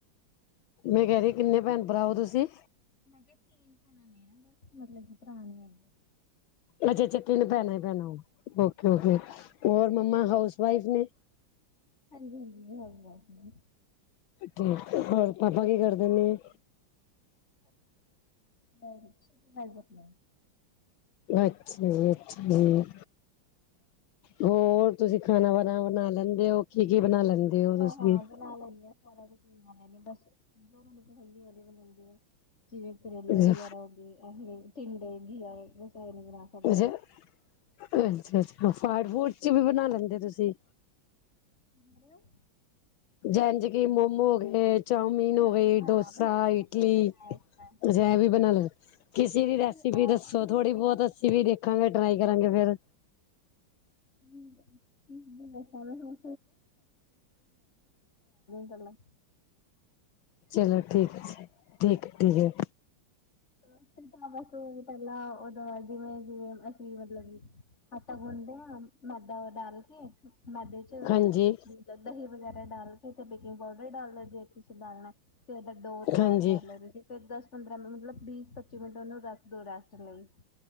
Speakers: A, on the left; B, on the left.
A: ਮੈਂ ਕਹਿ ਰੀ ਕਿੰਨੇ ਭੈਣ ਭਰਾਓ ਔ ਤੁਸੀਂ?
B: ਮੈਂ ਕਿਹਾ ਤਿੰਨ ਭੈਣਾਂ ਨੇ ਬਸ ਮਤਲਬ ਕਿ ਭਰਾ ਨੀ ਹੈਗਾ।
A: ਅੱਛਾ-ਅੱਛਾ, ਤਿੰਨ ਭੈਣਾਂ ਈ ਭੈਣਾਂ ਓਕੇ ਓਕੇ ਹੋਰ ਮੰਮਾ ਹਾਊਸ ਵਾਈਫ ਨੇ।
B: ਹਾਂਜੀ-ਹਾਂਜੀ ਹਾਉਸ ਵਾਈਫ ਨੇ।
A: ਠੀਕ, ਹੋਰ ਪਾਪਾ ਕੀ ਕਰਦੇ ਨੇ।
B: <unintelligible>
A: ਅੱਛਾ ਜੀ, ਅੱਛਾ ਜੀ। ਹੋਰ ਤੁਸੀਂ ਖਾਨਾ-ਵਾਨਾ ਬਨਾ ਲੈਂਦੇ ਹੋ ਕੀ-ਕੀ ਬਨਾ ਲੈਂਦੇ? ਹੋ ਤੁਸੀਂ?
B: ਹਾਂ-ਹਾਂ ਬਨਾ ਲੈਂਨੀ ਹਾਂ, ਸਾਰਾ ਕੁਛ ਬਣਾ ਲੈਨੀ ਆ ਬਸ ਜੋ ਮੈਨੂੰ ਪਸੰਦ ਉਹਦੀ ਬਣਾਦੀ ਆ। ਜਿਵੇਂ ਕਰੇਲੇ
A: ਅੱਛਾ
B: ਵਗੈਰਾ ਹੋ ਗਏ, ਅ ਟਿੰਡੇ ਘੀਆ ਰਸਾਇਣਿਕਾ
A: ਅੱਛਾ-ਅੱਛਾ, ਅੱਛਾ ਫਾਸਟ ਫੂਡ ਚ ਵੀ ਬਣਾ ਲੈਂਦੇ ਓ ਤੁਸੀਂ?
B: <unintelligible>
A: ਜੈਨਜ ਕਿ ਮੋਮੋ ਹੋ ਗਏ ਚੋਮੀਨ
B: ਹਾਂ
A: ਹੋ ਗਏ,
B: ਹਾਂ
A: ਡੋਸਾ,
B: ਬਣਾ ਲੈਂਦੀ
A: ਇਡਲੀ,
B: ਹਾਂ ਬਣਾਇਆ ਸੀ ਮੈਂ ਹਾਂਜੀ
A: ਅਛਾ ਐ
B: ਹਾਂਜੀ
A: ਵੀ ਬਣਾ ਲੈ। ਕਿਸੇ
B: ਹਾਂ
A: ਦੀ
B: ਮਤਲਬ
A: ਰੈਸਪੀ
B: ਆ
A: ਦੱਸੋ
B: ਥੋੜਾ ਜਿਹੜੀ
A: ਥੋੜ੍ਹੀ ਬਹੁਤ ਅਸੀਂ ਵੀ ਦੇਖਾਂਗੇ ਟਰਾਈ ਕਰਾਂਗੇ ਫੇਰ
B: <unintelligible> ਚਾਰ ਦਿਨ ਪਹਿਲਾਂ।
A: ਚਲੋ ਠੀਕ ਹੈ, ਠੀਕ-ਠੀਕ ਹੈ।
B: ਤਾਂ ਬਸ ਪਹਿਲਾਂ ਉਹਦਾ ਜਿਵੇਂ-ਜਿਵੇਂ ਅਸੀਂ ਮਤਲਬ ਕਿ ਆਟਾ ਗੁੰਨਦੇ ਆ, ਮੈਦਾ ਓ ਡਾਲ ਕੇ ਮੈਦੇ ਚ
A: ਹਾਂਜੀ
B: ਦੁ ਦਹੀਂ ਵਗੈਰਾ ਡਾਲ ਕੇ ਤੇ ਬੇਕਿੰਗ ਪਾਊਡਰ ਡਾਲ ਲੋ ਜੇ। ਤੁਸੀਂ ਡਾਲਣਾ ਤੇ ਉਹਦਾ ਡੋ ਤਿਆਰ
A: ਹਾਂਜੀ
B: ਕਰ ਲਓ, ਤੁਸੀਂ ਫੇਰ ਦਸ ਪੰਦਰਾਂ ਮਿੰਟ ਮਤਲਬ ਬੀਸ ਪੱਚੀ ਮਿੰਟ ਉਹਨੂੰ ਰੱਖ ਦੋ ਰੈਸਟ ਲਈ,